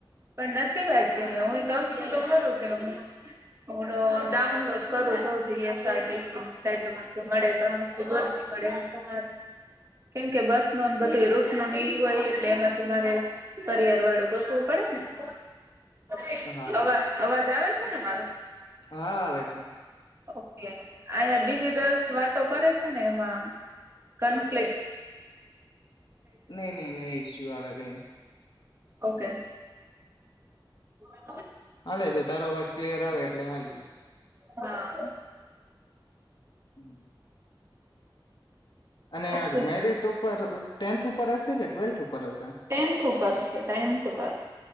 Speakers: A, on the right; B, on the left.
A: પણ નથી વાચ્યું મે હું કશું તો ખરું કે હું હું ડો ડાઉનલોડ કરું જો જે એસ આર ટી સી સાઈટમાંથી મળે તો આમાંથી ગોતવી પડેરે કેમકે બસ નો બધ રૂટ નો ન હોય એટલે એમાંથી મારે કરિયર વાળું ગોતવું પડે ને? <inaudible>
B: હા
A: અવાજ અવાજ આવે છે ને મારો
B: હા આવે છે
A: ઓકે અયા બીજી દસ વાતો કરે છે ને એમાં કન્ફ્લિક
B: નહી નહી નહી એસ્યુ આવે કઈ
A: ઓકે હ
B: હાલે છે તારો અવાજ ક્લિયર આવે એટલે હાલયો
A: હા
B: હમ અનેડમેરીટ
A: ઓકે
B: ઉપ ટેન્થ ઉપર હશે કે ટ્વેલ્થ ઉપર હશે
A: ટેન્થ ઉપર છે ટેન્થ ઉપર